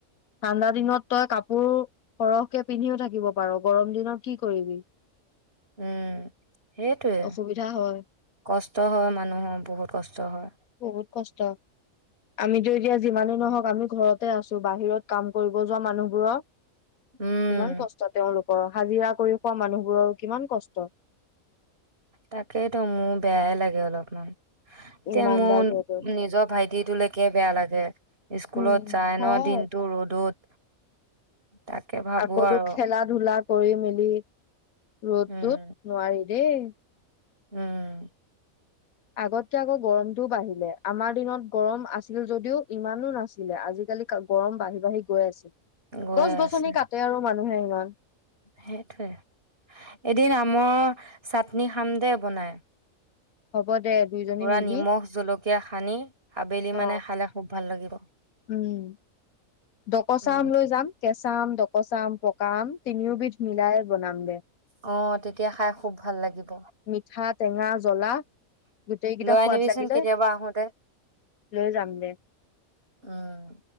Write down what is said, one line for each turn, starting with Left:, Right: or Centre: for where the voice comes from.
Left: ঠাণ্ডা দিনত তই কাপোৰ, সৰহকে পিন্ধিও থাকিব পাৰ গৰম দিনত কি কৰিবি?
Right: উম, সেইটোৱে,
Left: অসুবিধা হয়
Right: কষ্ট হয় মানুহৰ বহুত কষ্ট হয়।
Left: বহুত কষ্ট আমিতো এতিয়া যিমানেই নহওঁক আমি ঘৰতে আছো বাহিৰত কাম কৰিব যোৱা মানুহবোৰৰ।
Right: উম
Left: কিমান কষ্ট তেওঁলোক অ', হাজিৰা কৰি খোৱা মানুহবোৰৰ কিমান কষ্ট।
Right: তাকেই তো মোৰ বেয়াই লাগে অলপমান। এতিয়া
Left: ইমানডাল
Right: মোৰ
Left: ৰ'দত
Right: নিজৰ ভাইটিটোলৈকে বেয়া লাগে স্কুলত
Left: উম
Right: যায়
Left: হয়
Right: ন দিনটো ৰ'দত। তাকে ভাবো
Left: আকৌতো
Right: আৰু
Left: খেলা ধূলাত কৰি মেলি। ৰ'দতোত
Right: উম
Left: নোৱাৰি। দেই।
Right: উম।
Left: আগতকে আকৌ গৰমতটোও বাঢ়িলে, আমাৰ দিনত গৰম আছিল যদিও ইমানো নাছিলে। আজিকালি গৰম বাঢ়ি বাঢ়ি গৈ আছে।
Right: গৈ
Left: গছ গছনি
Right: আছে
Left: কাটে আৰু মানুহে ইমান।
Right: সেইটোৱে, এদিন আমৰ চাটনি খাম দেই বনাই।
Left: হ'ব দে দুইজনী
Right: পুৰা
Left: মিলি
Right: নিমখ, জলকীয়া সানি আবেলি
Left: অ
Right: মানে খালে খুব ভাল লাগিব।
Left: উম। ডকচা
Right: উম
Left: আম লৈ যাম। কেঁচা আম, ডকচা আম, পকা আম। তিনিওবিধ মিলাই বনামগে।
Right: অ তেতিয়া খাই খুব ভাল লাগিব
Left: মিঠাত টেঙা জলা, গোটেই কেইটা
Right: লৈ
Left: সোৱাদ
Right: আনিবিচোন
Left: লাগিলে,
Right: কেতিয়াবা আহোতে
Left: লৈ যাম দে।
Right: উম